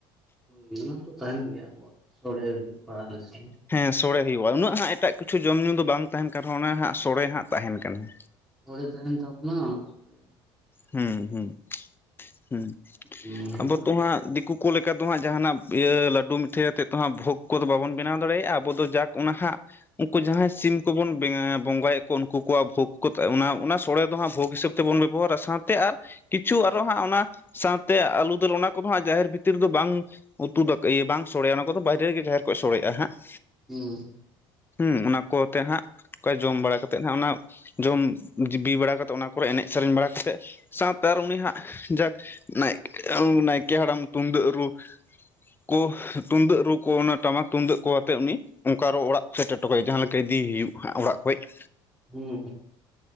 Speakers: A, in the centre; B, on the left (about 20°).
A: ᱦᱳᱭ, ᱚᱱᱟᱛᱚ ᱛᱟᱦᱮᱱ ᱜᱮᱭᱟ ᱟᱵᱚᱣᱟᱜ ᱥᱚᱲᱮ ᱵᱟ ᱞᱩᱪᱤ ᱾
B: ᱦᱮᱸ ᱥᱚᱲᱮ ᱦᱩᱭᱩᱜᱼᱟ ᱩᱱᱟᱹᱜ ᱦᱟᱸ ᱮᱴᱟᱜ ᱠᱤᱪᱷᱩ ᱡᱚᱢᱼ ᱧᱩ ᱫᱚ ᱵᱟᱝ ᱛᱟᱦᱮᱱ ᱠᱟᱱ ᱨᱮᱦᱚᱸ ᱚᱱᱟ ᱦᱟᱸᱜ ᱥᱚᱲᱮ ᱦᱟᱸᱜ ᱛᱟᱦᱮᱱ ᱠᱟᱱᱟ᱾
A: ᱥᱚᱲᱮᱹ ᱛᱟᱦᱮᱱ ᱛᱟᱵᱚᱱᱟᱜ ᱥᱚᱲᱮᱹ
B: ᱦᱩᱸ -ᱦᱩᱸ ᱦᱩᱸ,
A: ᱡᱚᱢ ᱧᱩ ᱦᱩᱭᱩᱜᱼᱟ
B: ᱟᱵᱚ ᱛᱚ ᱦᱟᱸᱜ ᱫᱤᱠᱩ ᱠᱩ ᱞᱮᱠᱟ ᱫᱚ ᱦᱟᱸᱜ ᱡᱟᱦᱟᱱᱟᱜ ᱤᱭᱟᱹ ᱞᱟᱹᱰᱩ ᱢᱤᱴᱷᱟᱹᱭ ᱟᱛᱮᱫ ᱫᱚ ᱦᱟᱸᱜ ᱵᱷᱳᱜᱽ ᱠᱚᱫᱚ ᱵᱟᱵᱚᱱ ᱵᱮᱱᱟᱣ ᱫᱟᱲᱮᱭᱟᱜᱼᱟ ᱟᱵᱚ ᱫᱚ ᱡᱟᱠ ᱚᱱᱟ ᱦᱟᱸᱜ ᱩᱱᱠᱩ ᱡᱟᱦᱟᱸᱭ ᱥᱤᱢ ᱠᱚᱵᱚᱱ ᱵᱮᱭᱟᱸᱣ ᱵᱚᱸᱜᱟᱭᱮᱜ ᱠᱚ ᱩᱱᱠᱩ ᱠᱚᱣᱟᱜ ᱵᱷᱳᱜᱽ ᱠᱚ ᱚᱱᱟ ᱥᱳᱚᱲᱮ ᱫᱚ ᱦᱟᱸᱜ ᱵᱷᱳᱜᱽ ᱦᱤᱥᱟᱹᱵ ᱛᱮᱵᱚᱱ ᱵᱮᱵᱚᱦᱟᱨᱟ ᱥᱟᱸᱛ ᱛᱮ ᱟᱨ ᱠᱤᱪᱷᱩ ᱟᱨᱚ ᱦᱟᱸᱜ ᱚᱱᱟ ᱥᱟᱶᱛᱮ ᱟᱹᱞᱩ ᱫᱟᱹᱞ ᱚᱱᱟ ᱠᱚᱫᱚ ᱦᱟᱸᱜ ᱡᱟᱦᱮᱨ ᱵᱷᱤᱛᱤᱨ ᱨᱮ ᱫᱚ ᱵᱟᱝ ᱩᱛᱩ ᱫᱚ ᱠᱟᱹ ᱤᱭᱟᱹ ᱵᱟᱝ ᱥᱚᱲᱮᱹ ᱚᱱᱟ ᱠᱚᱫᱚ ᱵᱟᱭᱨᱮᱹ ᱨᱮᱜᱮ ᱡᱟᱦᱮᱨ ᱠᱷᱳᱡ ᱥᱚᱲᱮᱹᱜᱼᱟ ᱦᱟᱸᱜ ᱾
A: ᱦᱩᱦ
B: ᱦᱩᱸ ᱚᱱᱟ ᱠᱚ ᱚ ᱟᱛᱮ ᱦᱟᱸᱜ ᱯ-ᱪ-ᱚᱜ, ᱠᱟ ᱡᱚᱢ ᱵᱟᱲᱟ ᱠᱟ ᱠᱟᱛᱮᱜ ᱦᱟᱸᱜ ᱚᱱᱟ ᱡᱚᱢ ᱡᱤᱵᱤ ᱵᱟᱲᱟ ᱠᱟᱛᱮᱜ ᱚᱱᱟ ᱠᱚᱨᱮ ᱮᱱᱮᱡ ᱥᱮᱹᱨᱮᱹᱧ ᱵᱟᱲᱟ ᱠᱟᱛᱮᱜ ᱥᱟᱶᱛᱮ ᱟᱨ ᱩᱱᱤ ᱦᱟᱸᱜ ᱡᱟᱠ ᱱᱟᱭᱠᱮᱹᱷ ᱱᱟᱭᱠᱮᱹ ᱦᱟᱲᱟᱢ ᱛᱩᱢᱫᱟᱹᱜ ᱨᱩ ᱠᱳ ᱛᱩᱢᱫᱟᱹᱜ ᱨᱩ ᱠᱚ ᱚᱱᱟ ᱴᱟᱢᱟᱠ ᱛᱩᱢᱫᱟᱹᱜ ᱠᱚ ᱟᱛᱮᱜ ᱩᱱᱤ ᱚᱱᱠᱟ ᱟᱨᱚ ᱚᱲᱟᱜ ᱥᱮᱴᱮᱨ ᱦᱚᱴᱚ ᱠᱟᱭ ᱡᱟᱦᱟᱸ ᱞᱮᱠᱟ ᱤᱫᱤ ᱦᱩᱭᱩᱜ-ᱟ ᱚᱲᱟᱜ ᱠᱷᱚᱡ ᱾
A: ᱦᱩᱦ